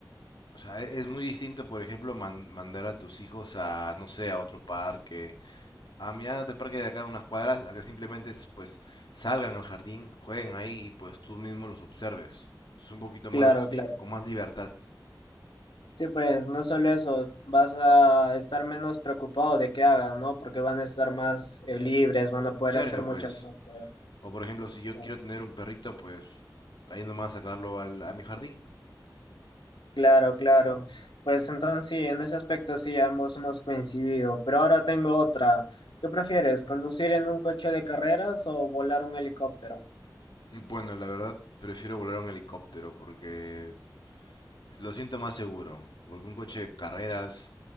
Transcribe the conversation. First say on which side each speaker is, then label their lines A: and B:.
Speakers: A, on the left (about 70°); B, on the left (about 85°).
A: o sea, e- es muy distinto, por ejemplo, man- mandar a tus hijos a, no sé, a otro parque A mi edad, del parque de acá, unas cuadras, a que simplemente es, pues salgan al jardín, jueguen ahí y pues tú mismo los observes. Es un poquito
B: Claro,
A: más,
B: claro.
A: con más libertad.
B: Sí, pues no solo eso, vas a estar menos preocupado de qué hagan, ¿no? Porque van a estar más eh, libres, van a poder
A: Cerca,
B: hacer muchas
A: pues.
B: más cosas.
A: O por ejemplo, si yo
B: ¿no?
A: quiero tener un perrito, pues ahí nomás sacarlo al- a mi jardín.
B: Claro, claro. Pues entonces sí, en ese aspecto sí, ambos hemos coincidido. Pero ahora tengo otra. ¿Qué prefieres, conducir en un coche de carreras o volar un helicóptero?
A: Bueno, la verdad, prefiero volar en helicóptero porque lo siento más seguro. Porque un coche de carreras,